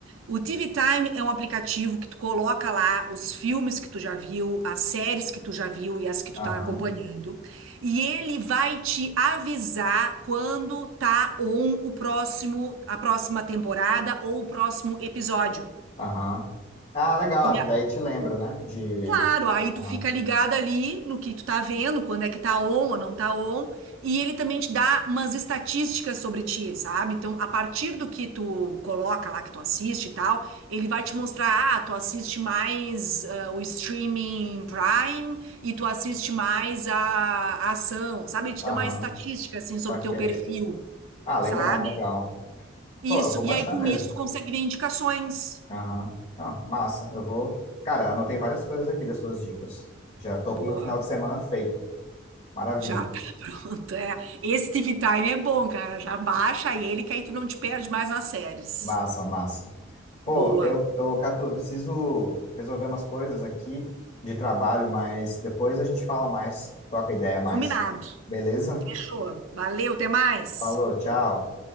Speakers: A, on the right; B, on the left.
A: O TV Time é um aplicativo que tu coloca lá os filmes que tu já viu, as séries que tu já viu e as que tu
B: aham.
A: tá acompanhando, e ele vai te avisar quando tá on o próximo, a próxima temporada ou o próximo episódio.
B: Aham. Ah, legal,
A: E
B: é, porque
A: a-
B: daí te lembra, né? De.
A: Claro, aí
B: Aham,
A: tu fica ligado ali no que tu tá vendo, quando é que tá on ou não tá on, e ele também te dá umas estatísticas sobre ti, sabe? Então, a partir do que tu coloca lá, que tu assiste e tal, ele vai te mostrar, ah, tu assiste mais ah, o streaming Prime e tu assiste mais a, a ação, sabe? Ele te
B: aham,
A: dá uma estatística, assim,
B: saquei.
A: sobre o teu perfil,
B: Ah, legal,
A: sabe?
B: legal.
A: Isso,
B: Pô, eu vou baixar
A: e aí com
B: mesmo.
A: isso tu consegue ver indicações.
B: Aham. Não, massa, eu vou. Cara, anotei várias coisas aqui das suas dicas. Já tô
A: Boa.
B: com o meu final de semana feito. Maravilha.
A: Já tá <laughs> pronto, é. Esse TV Time é bom, cara. Já baixa ele que aí tu não te perde mais nas séries.
B: Massa, massa. Pô,
A: Boa.
B: eu, eu, Catu, eu preciso resolver umas coisas aqui de trabalho, mas depois a gente fala mais, troca ideia mais.
A: Combinado.
B: Beleza?
A: Fechou. Valeu, até mais.
B: Falou, tchau.